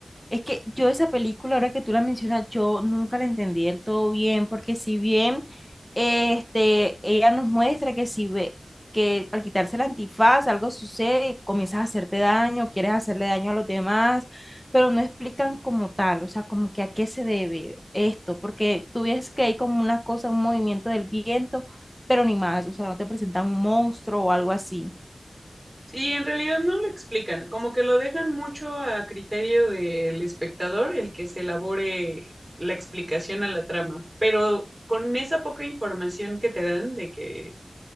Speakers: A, in the centre; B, on the right (about 30°).
A: Es que yo esa película, ahora que tú la mencionas, yo nunca la entendí del todo bien, porque si bien este, ella nos muestra que si ve que al quitarse el antifaz algo sucede, comienzas a hacerte daño, quieres hacerle daño a los demás, pero no explican como tal, o sea, como que a qué se debe esto, porque tú ves que hay como una cosa, un movimiento del viento, pero ni más, o sea, no te presentan un monstruo o algo así.
B: Sí, en realidad no lo explican, como que lo dejan mucho a criterio del espectador el que se elabore la explicación a la trama, pero con esa poca información que te dan de que